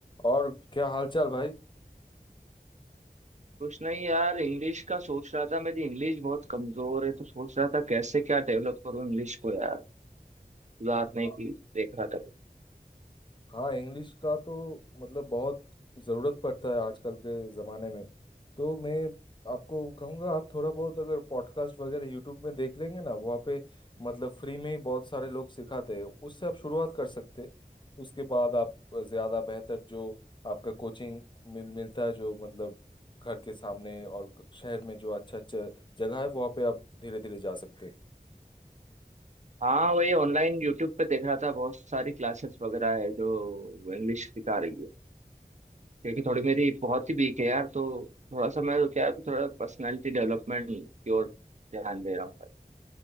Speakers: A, on the left; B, on the right.
A: और क्या हालचाल भाई
B: कुछ नहीं यार इंग्लिश का सोच रहा था मेरी इंग्लिश बहुत कमजोर है तो सोच रहा था कैसे क्या डेवलप करूँ इंग्लिश को यार सुधारने
A: हाँ
B: की देख रहा था कुछ
A: हाँ इंग्लिश का तो मतलब बहुत ज़रूरत पड़ता है आजकल के ज़माने में तो मैं आपको कहूँगा आप थोड़ा बहुत अगर पॉडकास्ट वगैरह यूट्यूब में देख लेंगे ना वहाँ पे मतलब फ्री में ही बहुत सारे लोग सिखाते हैं उससे आप शुरुआत कर सकते हैं। उसके बाद आप ज़्यादा बेहतर जो आपका कोचिंग मिल मिलता है जो मतलब घर के सामने और शहर में जो अच्छा अच्छा जगह है वहाँ पे आप धीरे धीरे जा सकते हैं
B: हाँ वही ऑनलाइन यूट्यूब पे देख रहा था बहुत सारी क्लासेस वगैरह है जो इंग्लिश सिखा रही है क्योंकि थोड़ी मेरी बहुत ही वीक है यार तो थोड़ा सा मैं तो क्या है, थोड़ा पर्सनालिटी डेवलपमेंट की ओर ध्यान दे रहा हूँ भाई